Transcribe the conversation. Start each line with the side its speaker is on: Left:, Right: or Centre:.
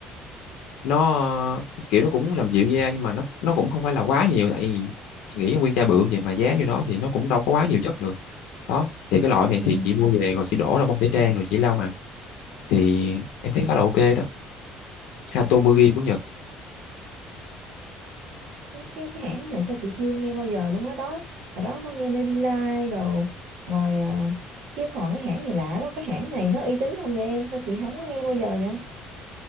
Left: nó kiểu nó cũng làm dịu da nhưng mà nó nó cũng không phải là quá nhiều tại vì chị nghĩ nguyên chai bự vậy mà giá như đó thì nó cũng đâu có quá nhiều chất được đó thì cái loại này
Right: ừ.
Left: thì chị mua về rồi chị đổ ra bông tẩy trang rồi chị lau mặt thì em thấy khá là ok đó Hatomugi của Nhật
Right: cái, cái cái hãng này sao chị chưa nghe bao giờ luôn á đó ở đó có nghe Maybelline đồ rồi ờ, chứ còn cái hãng này lạ quá cái hãng này nó uy tín không vậy em sao chị không có nghe bao giờ vậy